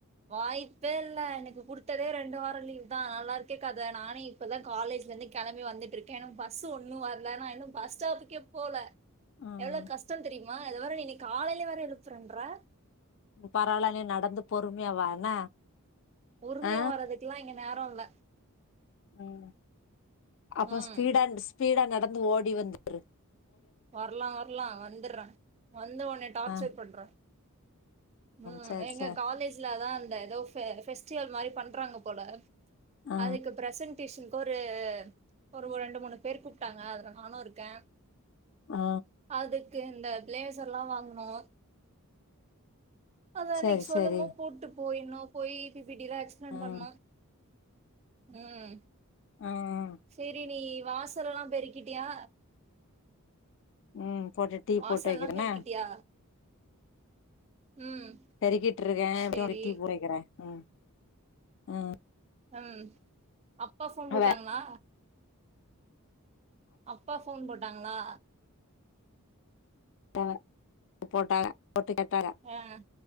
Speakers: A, on the right; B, on the left.
A: வாய்ப்பே இல்ல எனக்கு குடுத்ததே ரெண்டு வாரோ லீவ் தா நல்லா இருக்கே கத நானே இப்பதா காலேஜ்ல இருந்து கெளம்பி வந்துட்டு இருக்கே பஸு ஒன்னு வரல ஆனா இன்னு பஸ் ஸ்டாப்புக்கே போல
B: ம்
A: எவ்ளோ கஷ்டோ தெரியுமா இதுல வேற நீ காலையில வேற எழுப்புறேன்ற
B: பரவால நீ நடந்து பொறுமையா வா என்ன
A: பொறுமையா
B: ஆ
A: வர்றதுக்கெல்லா இங்க நேரோ இல்ல
B: ம் அப்போ
A: ம்
B: ஸ்பீடானு ஸ்பீடா நடந்து ஓடி வந்துரு
A: வர்லா வர்லா வந்துட்றே வந்து ஒன்னய டார்ச்சர்
B: ஆ
A: பண்ற ம்
B: சேரி
A: எங்க
B: சேரி
A: காலேஜ் ல தா அந்த எதோ ஃபெ ஃபெஸ்டிவல் மாரி பண்றாங்க போல
B: ஆ
A: அதுக்கு ப்ரசன்ட் டியூஷனுக்கு ஒரு ஒரு ரெண்டு மூணு பேர் கூப்டாங்க அதுல நானு இருக்கே
B: ஆ
A: அதுக்கு இந்த ப்ளேசர்ல்லா வாங்னு அத
B: சேரி
A: இன்னைக்கு சொல்லோனு
B: சேரி
A: போட்டு போயிட்ணு போயி பி பிட்டிலா எக்ஸ்பிளைன்
B: ம்
A: பண்ணணு ம்
B: ம் ம்
A: செரி நீ வாசலெல்லா பெருக்கிட்டியா
B: ம் போட்டு டீ
A: வாசல்லா
B: போட்டு வைக்கிறே என்ன
A: பெருக்கிட்டியா ம்
B: பெருக்கிட்ருக்கே
A: சேரி
B: அப்டியே டீ போட்டு வைக்கிறே ம் அ
A: ம் அப்பா ஃபோன் போட்டாங்களா
B: அவ
A: அப்பா ஃபோன் போட்டாங்களா
B: ம் போட்டாங்க போட்டு கேட்டாங்க
A: ஆ